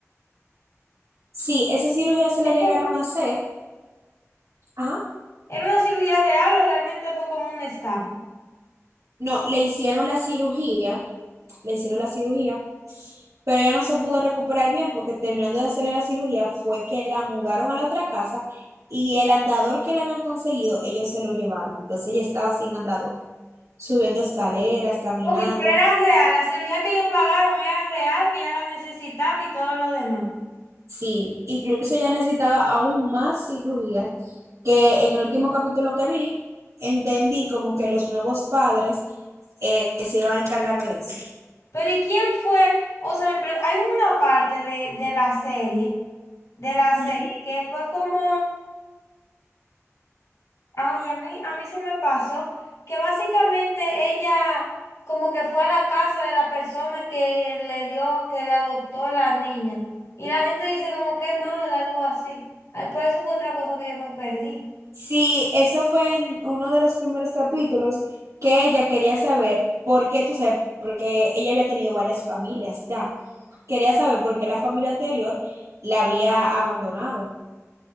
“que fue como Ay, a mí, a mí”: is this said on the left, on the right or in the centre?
Left